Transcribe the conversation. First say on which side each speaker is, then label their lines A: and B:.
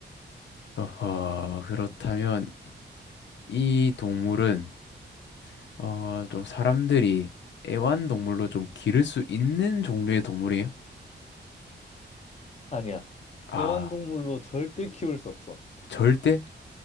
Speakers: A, on the left; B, on the left.
A: 어허, 그렇다면 이 동물은 어, 좀 사람들이 애완동물로 좀 기를 수 있는 종류의 동물이에요?
B: 아니야.
A: 아,
B: 애완동물로 절대 키울 수 없어.
A: 절대?